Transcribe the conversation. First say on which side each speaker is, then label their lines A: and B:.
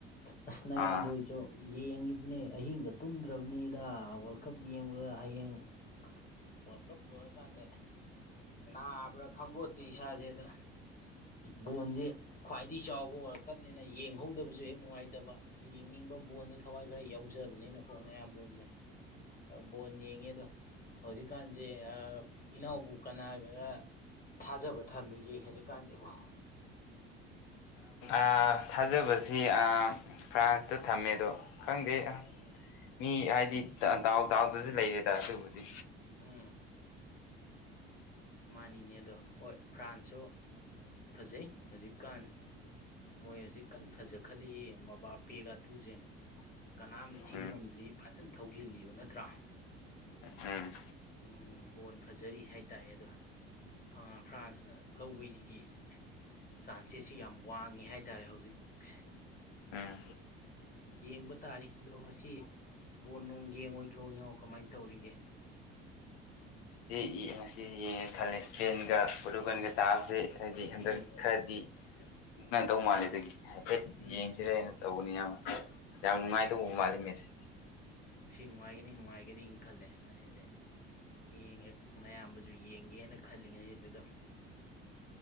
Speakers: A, on the left; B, on the left.
A: ꯑꯁ ꯅꯌꯥꯝꯕ
B: ꯑꯥ
A: ꯍꯣꯏ ꯆꯣ ꯌꯦꯡꯉꯤꯕꯅꯦ ꯑꯍꯤꯡꯒ ꯇꯨꯝꯗ꯭ꯔꯕꯅꯤꯗ ꯋꯥꯔꯜ ꯀꯞ ꯌꯦꯡꯕꯗ ꯍꯌꯦꯡ ꯋꯥꯔꯜ ꯀꯞ ꯂꯣꯏꯔꯀꯥꯟꯗ ꯑꯦ ꯅꯥꯕ꯭ꯔꯥ ꯈꯪꯕꯣꯠꯇꯦ ꯏꯁꯥꯁꯦ ꯑꯗꯣ ꯕꯣꯟꯖꯦ ꯈ꯭ꯋꯥꯏꯗꯩ ꯆꯥꯎꯕ ꯋꯥꯔ ꯀꯞꯅꯦꯅ ꯌꯦꯡꯍꯧꯗꯕꯖꯨ ꯍꯦꯛ ꯅꯨꯡꯉꯥꯏꯇꯕ ꯌꯦꯡꯅꯤꯡꯕ ꯕꯣꯟꯗ ꯊꯋꯥꯏ ꯈꯔ ꯌꯥꯎꯖꯕꯅꯤꯅꯀꯣ ꯅꯌꯥꯝꯕ ꯍꯣꯏꯖꯦ ꯑ ꯕꯣꯟ ꯌꯦꯡꯉꯦ ꯑꯗꯣ ꯍꯧꯖꯤꯛꯀꯥꯟꯁꯦ ꯑ ꯏꯅꯥꯎꯕꯨ ꯀꯅꯥꯒꯒ ꯊꯥꯖꯕ ꯊꯝꯃꯤꯒꯦ ꯍꯧꯖꯤꯛꯀꯥꯟꯁꯤꯕꯨ
B: ꯑ ꯊꯥꯖꯕꯁꯤ ꯑ ꯐ꯭ꯔꯥꯟꯁꯇ ꯊꯝꯃꯦ ꯑꯗꯣ ꯈꯪꯗꯦ ꯃꯤ ꯍꯥꯏꯗꯤ
A: ꯎꯝ
B: ꯗ ꯗꯥꯎ ꯗꯥꯎꯗꯖꯨ ꯂꯩꯔꯦꯗ ꯑꯗꯨꯕꯨꯗꯤ
A: ꯎꯝ ꯃꯥꯅꯤꯅꯦ ꯑꯗꯣ ꯍꯣꯏ ꯐ꯭ꯔꯥꯟꯁꯁꯨ ꯐꯖꯩ ꯍꯧꯖꯤꯛꯀꯥꯟ ꯃꯣꯏ ꯍꯧꯖꯤꯛꯀꯥꯟ ꯐꯖꯈꯠꯂꯛꯏ ꯃꯕꯥ ꯄꯦꯒ ꯇꯨꯁꯦ ꯀꯅꯥꯝ ꯊꯤꯡꯉꯝꯗ꯭ꯔꯤ
B: ꯎꯝ
A: ꯐꯖꯅ ꯊꯧꯖꯤꯜꯂꯤꯕ ꯅꯠꯇ꯭ꯔꯥ
B: ꯎꯝ
A: ꯎꯝ ꯕꯣꯟ ꯐꯖꯔꯤ ꯍꯥꯏꯇꯥꯏꯌꯦ ꯑꯗꯣ ꯐꯔꯥ ꯐ꯭ꯔꯥꯟꯁꯅ ꯂꯧꯕꯩꯖꯤꯒꯤ ꯆꯥꯟꯁꯦꯁꯁꯤ ꯌꯥꯝ ꯋꯥꯡꯉꯤ ꯍꯥꯏꯇꯥꯔꯦ ꯍꯧꯖꯤꯛꯁꯦ
B: ꯎꯝ
A: ꯌꯦꯡꯕ ꯇꯥꯔꯤ ꯑꯗꯣ ꯉꯁꯤ ꯕꯣꯜ ꯅꯨꯡ ꯌꯦꯡꯉꯣꯏꯗ꯭ꯔꯣ ꯏꯅꯥꯎ ꯀꯃꯥꯏ ꯇꯧꯔꯤꯒꯦ
B: ꯖꯦ ꯏ ꯉꯁꯤꯗꯤ ꯌꯦꯡꯉꯦ ꯈꯜꯂꯦ ꯏꯁꯄꯦꯟꯒ ꯄꯔꯣꯇꯨꯒꯟꯒ ꯇꯥꯕꯁꯦ ꯍꯥꯏꯗꯤ ꯍꯟꯗꯛ
A: ꯎꯝ
B: ꯈꯔꯗꯤ ꯃꯨꯛꯅꯗꯧ ꯃꯥꯜꯂꯦ ꯑꯗꯨꯒꯤ ꯍꯥꯏꯐꯦꯠ
A: ꯎꯝ
B: ꯌꯦꯡꯁꯤꯔꯦꯅ ꯇꯧꯕꯅꯤ ꯌꯥꯝ ꯌꯥꯝ ꯅꯨꯡꯉꯥꯏꯇꯧꯕ
A: ꯃꯥꯅꯤ
B: ꯃꯥꯜꯂꯤ ꯃꯦꯁꯦ
A: ꯁꯤ ꯅꯨꯡꯉꯥꯏꯒꯅꯤ ꯅꯨꯡꯉꯥꯏꯒꯅꯤ ꯈꯜꯂꯦ ꯉꯁꯤꯗꯤ ꯌꯦꯡꯉꯦ ꯃꯌꯥꯝꯕꯁꯨ ꯌꯦꯡꯒꯦꯅ ꯈꯜꯂꯤꯉꯩꯁꯤꯗ ꯗꫭ